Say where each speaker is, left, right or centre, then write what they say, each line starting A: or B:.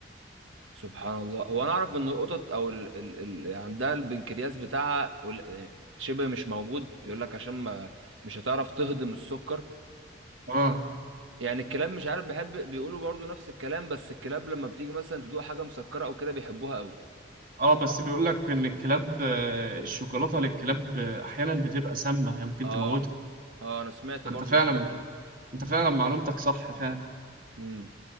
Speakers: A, on the right (about 80°); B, on the right (about 45°).
A: سبحان الله هو انا اعرف ان القطط او ال... ال... ال... يعني عندها البنكرياس بتاعها قل- شبه مش موجود يقول لك عشان ما مش هتعرف تهضم السكر
B: اه
A: يعني الكلاب مش عارف بحب بيقولوا برضو نفس الكلام بس الكلاب لما بتيجي مثلا تدوق حاجة مسكرة او كده بيحبوها قوي
B: اه بس بيقول لك ان الكلاب آه، الشوكولاته للكلاب آه، احيانا بتبقى سامه هي ممكن
A: اه
B: تموتهم
A: اه انا سمعت
B: فانت
A: برضو
B: فعلا
A: الحوار ده
B: انت فعلا معلومتك صح فعلا
A: امم